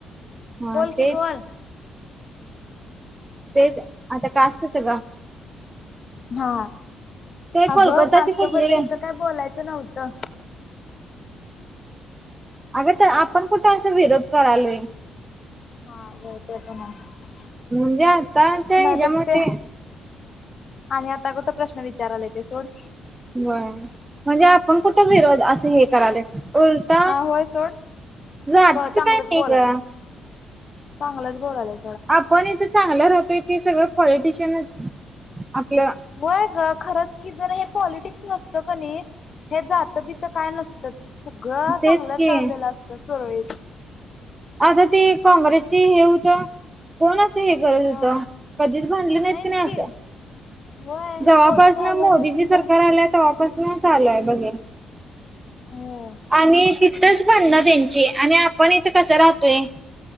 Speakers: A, on the right; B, on the left.
A: हा
B: बोल कि
A: तेच
B: बोल.
A: तेच. आता कास्टच गं.
B: हा
A: ते
B: अगं
A: कोलकाताची
B: कास्टबद्दल
A: कुठली
B: इथं काय बोलायचं नव्हतं.
A: अगं तर आपण कुठे असा विरोध करालोय.
B: हा होय ते पण आहे.
A: म्हणजे आताच हेच्यामध्ये
B: नाही तर ते आणि आता कुठं प्रश्न विचारायलोय ते सोड.
A: होय. म्हणजे आपण कुठं विरोध असं हे करालोय उलट
B: हा होय सोड
A: जातीच
B: ब चांगलंच
A: काय नाही
B: बोलाल्यात
A: ग.
B: चांगलंच बोलालाय
A: आपण इथे चांगलं राहतोय ती सगळं पॉलिटिशियनच आपलं.
B: होय ग खरंच की जर हे पॉलिटिक्स नसतं कणी हे जातं बितं काय नसतं सगळं
A: तेच
B: चांगलं
A: की
B: चाललेलं असतं सुरळीत.
A: आता ते काँग्रेसची हे होतं कोण असं हे करत होतं
B: हा
A: कधीच भांडले नाहीत
B: नाहीच
A: कणी असं.
B: की होय
A: जेव्हापसन
B: हे मोदी झाल्यापासून
A: मोदीची सरकार
B: जरा
A: आल्या तेव्हा पसन चालू आहे बघ हे
B: होय
A: आणि च भाडंन त्यांची आणि आपण इथं कसं राहतोय.